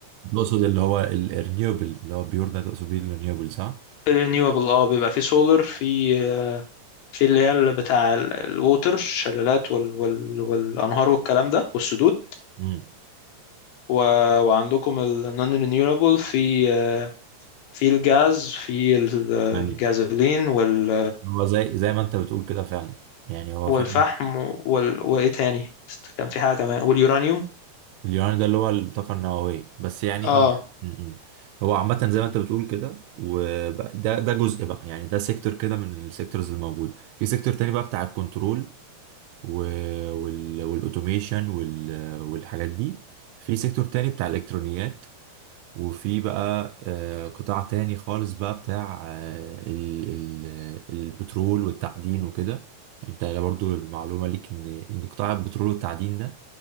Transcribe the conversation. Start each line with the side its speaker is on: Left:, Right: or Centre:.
Right: تقصد اللي هو الرينيوبل اللي هو بيور ده تقصد بيه الرينيوبل صح؟
Left: رينيوبل اه بيبقى فيه سولار في آه، في اللي هي اللي بتاع الووتر الشلالات وال وال والانهار والكلام ده والسدود
Right: امم
Left: و... وعندكم النون رينيوبل في آه، في الجاز في ال- الجازولين
Right: ايوه
Left: وال
Right: هو زي زي ما انت بتقول كده فعلا يعني هو
Left: والفحم
Right: فعلا
Left: وال... وايه تاني كان في حاجة كمان واليورانيوم
Right: اليوراني ده اللي هو الطاقه النوويه بس يعني
Left: اه
Right: اه امم هو عامه زي ما انت بتقول كده وده ده ده جزء بقى يعني ده سيكتور كده من السيكتورز الموجوده في سيكتور تاني بقى بتاع الكنترول و- وال- والاوتوميشن وال- والحاجات دي في سيكتور تاني بتاع الالكترونيات وفي بقى آه، قطاع تاني خالص بقى بتاع آه، ال- ال- البترول والتعدين وكده انت برضو المعلومة ليك ان ان قطاع البترول والتعدين ده